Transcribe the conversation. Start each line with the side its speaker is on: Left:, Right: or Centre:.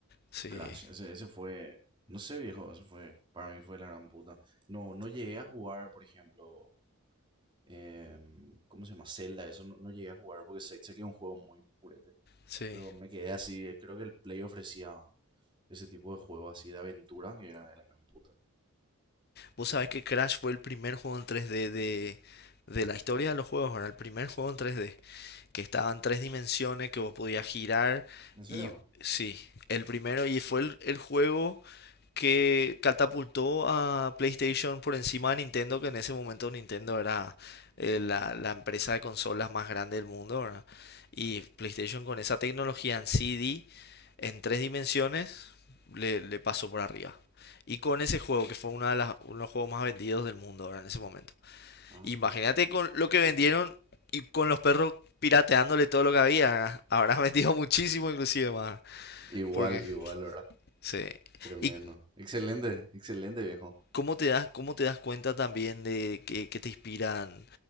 Left: sí,
Right: Crash, ese, ese fue, no sé viejo, eso fue, para mí fue la gran puta. No, no llegué a jugar, por ejemplo, em, ¿cómo se llama? Zelda, eso no, no llegué a jugar porque sé, sé que es un juego muy purete.
Left: sí.
Right: Pero me quedé así, eh, creo que el Play ofrecía ese tipo de juego así de aventura que era de la gran puta.
Left: Vos sabés que Crash fue el primer juego en 3D de, de la historia de los juegos, ¿verdad? El primer juego en 3D. que estaba en tres dimensiones, que vos podías girar
Right: ¿En serio?
Left: y sí, el primero y fue el, el juego que catapultó a PlayStation por encima de Nintendo, que en ese momento Nintendo era eh, la, la empresa de consolas más grande del mundo, ¿verdad? Y PlayStation con esa tecnología en 3D en tres dimensiones, le, le pasó por arriba. Y con ese juego, que fue una de las, uno de los juegos más vendidos del mundo ahora en ese momento.
Right: Ah,
Left: Imagínate
Right: mira.
Left: con lo que vendieron y con los perros pirateándole todo lo que había. Habrás vendido muchísimo inclusive más.
Right: Igual,
Left: Porque,
Right: igual, ¿verdad?
Left: sí.
Right: Tremendo.
Left: ¿Y
Right: Excelente, excelente viejo.
Left: cómo te das, cómo te das cuenta también de que, que te inspiran